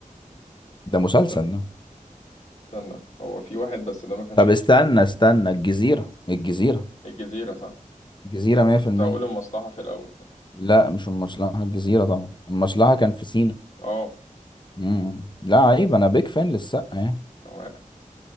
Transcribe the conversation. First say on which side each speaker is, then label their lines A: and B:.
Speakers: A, on the left; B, on the left.
A: ده مسلسل
B: الصعيد
A: ده
B: استنى هو في واحد بس ده ما كانش
A: طب
B: الصعيد
A: استنى استنى الجزيرة الجزيرة
B: الجزيرة صح؟
A: الجزيرة 100%
B: أنا كنت هقول المصلحة في الأول
A: لا مش المصلحة الجزيرة طبعا المصلحة كان في سينا
B: اه
A: مم. لا عيب انا بيك فان للسقا يعني
B: تمام